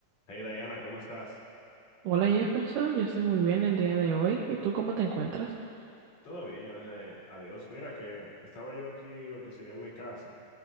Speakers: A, on the left (about 55°); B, on the right (about 80°).
A: Hey Diana, ¿cómo estás?
B: Hola Jefferson, yo estoy muy bien el día de hoy. ¿Y tú cómo te encuentras?
A: Todo bien, gracias a Dios. Mira que estaba yo aquí, lo que sería en mi casa,